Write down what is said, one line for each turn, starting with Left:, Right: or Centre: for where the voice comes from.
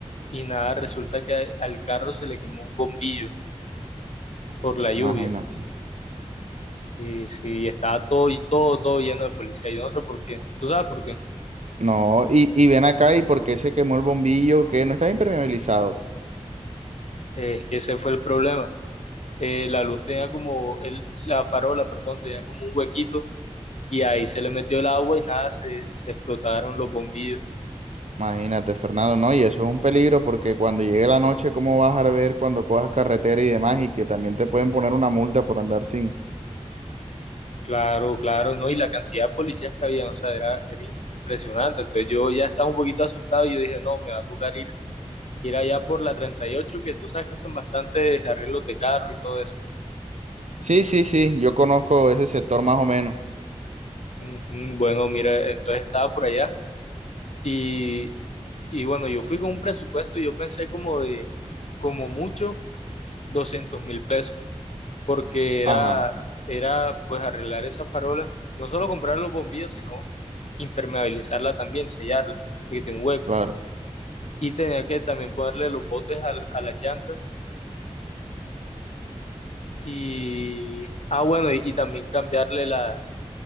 Left: y nada, resulta que al carro se le quemó un bombillo por la lluvia.
Right: Imagínate.
Left: Sí, sí, y estaba todo, y todo, todo lleno de policía. Yo no sé por qué. ¿Tú sabes por qué?
Right: No, y, y ven acá y por qué se quemó el bombillo que no estaba impermeabilizado.
Left: Es que ese fue el problema. eh, la luz tenía como, el, la farola, perdón, tenía como un huequito y ahí se le metió el agua y nada, se, se explotaron los bombillos.
Right: Imagínate, Fernando, no, y eso es un peligro porque cuando llegue la noche, ¿cómo vas a ver cuando cojas carretera y demás? Y que también te pueden poner una multa por andar sin
Left: Claro, claro, ¿no? Y la cantidad de policías que había, o sea, era, era impresionante. Entonces yo ya estaba un poquito asustado y yo dije, no, me va a tocar ir, ir allá por la 38 que tú sabes que hacen bastantes arreglos de carro y todo eso.
Right: Sí, sí, sí, yo conozco ese sector más o menos.
Left: Ujú, Bueno, mira, entonces estaba por allá y, y bueno, yo fui con un presupuesto y yo pensé como de, como mucho, doscientos mil pesos. porque era,
Right: Ajá,
Left: era pues arreglar esa farola, no solo comprar los bombillos, sino impermeabilizarla también, sellarla, porque tiene un hueco.
Right: claro,
Left: Y tenía que también ponerle los botes al- a, las llantas y, ah, bueno, y, y también cambiarle las,